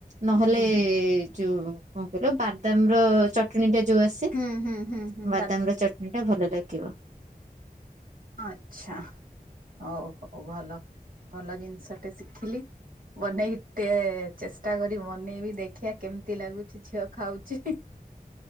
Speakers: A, on the right (about 50°); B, on the right (about 65°).
A: ନହେଲେ-ଏ-ଏ-ଏ
B: ହୁଁ ହୁଁ
A: ଯୋଉ କଣ କହିଲ ବାଦାମ ର ଚ ଚଟଣି ଟା ଯୋଉ ଆସେ
B: ହୁଁ ହୁଁ ହୁଁ ହୁଁ ହୁଁ
A: ବାଦାମ ର ଚଟଣି ଟା ଭଲ ଲାଗିବ।
B: ଆଚ୍ଛା ହଉ ହଉ ଭଲ ଭଲ ଜିନିଷ ଟା ଶିଖିଲି ବନେଇ ଟେ-ଏ-ଏ ଚେଷ୍ଟା କରି ବନେଇବି ଦେଖିବା କେମିତି ଲାଗୁଛି ଝିଅ ଖାଉଛି।